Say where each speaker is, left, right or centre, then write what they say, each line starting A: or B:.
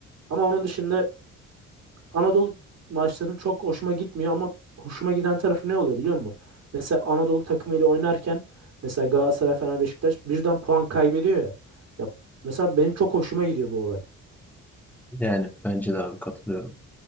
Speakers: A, on the right (about 60°); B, in the centre.
A: Ama onun dışında Anadolu maçlarının çok hoşuma gitmiyor ama hoşuma giden tarafı ne oluyor biliyor musun? Mesela Anadolu takımıyla oynarken mesela Galatasaray, Fener, Beşiktaş birden puan kaybediyor ya. Ya mesela benim çok hoşuma gidiyor bu olay.
B: Yani bence de abi katılıyorum.